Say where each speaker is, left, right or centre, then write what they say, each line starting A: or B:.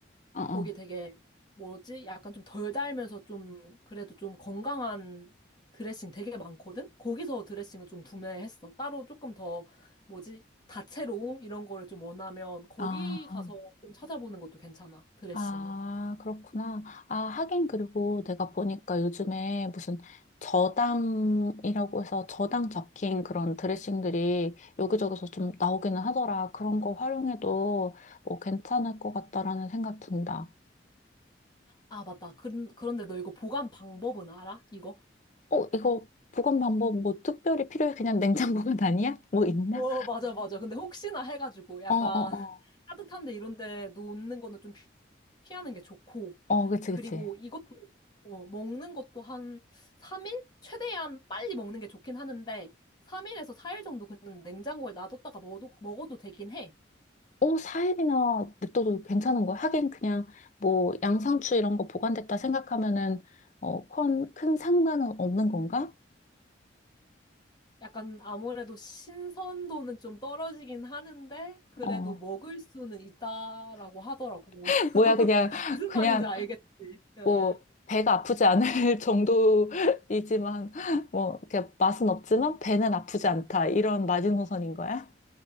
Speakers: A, on the left; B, on the left.
A: 어, 어,
B: 거기
A: 어.
B: 되게 뭐지? 약간 좀 덜 달면서 좀 그래도 좀 건강한 드레싱 되게 많거든? 거기서 드레싱을 좀 구매했어. 따로 조금 더 뭐지? 다채로움 이런 거를 좀 원하면 거기
A: 아.
B: 가서 좀 찾아보는 것도 괜찮아. 드레싱은.
A: 아, 그렇구나. 아, 하긴 그리고 내가 보니까 요즘에 무슨 저당이라고 해서 저당 적힌 그런 드레싱들이 여기저기서 좀 나오기는 하더라. 그런 거 활용해도 뭐 괜찮을 것 같다라는 생각 든다.
B: 아, 맞다. 그, 그런데 너 이거 보관 방법은 알아? 이거?
A: 어, 이거 보관 방법 뭐 특별히 필요해? 그냥 냉장보관 <laughs> 아니야? 뭐 있나?
B: 어, 맞아, 맞아. 근데 혹시나 해가지고 약간
A: 어, 어, 어.
B: <laughs> 따뜻한데 이런데 놓는 거는 좀 피- 피하는 게 좋고.
A: 어, 그치,
B: 그리고
A: 그치.
B: 이것도, 어, 먹는 것도 한 3일? 최대한 빨리 먹는 게 좋긴 하는데, 3일에서 4일 정도 그냥 냉장고에 놔뒀다가 먹어도, 먹어도 되긴 해.
A: 어, 4일이나 냅둬도 괜찮은 거야. 하긴 그냥 뭐 양상추 이런 거 보관됐다 생각하면은 어, 큰, 큰 상관은 없는 건가?
B: 약간 아무래도 신선도는 좀 떨어지긴 하는데 그래도
A: 어,
B: 먹을 수는 있다라고 하더라고.
A: <laughs>
B: <laughs>
A: 뭐야 그냥
B: 무슨
A: 그냥
B: 말인지 알겠지. 예, 예.
A: 뭐 배가 아프지 않을 <laughs> 정도이지만 뭐 이렇게 맛은 없지만 배는 아프지 않다 이런 마지노선인 거야?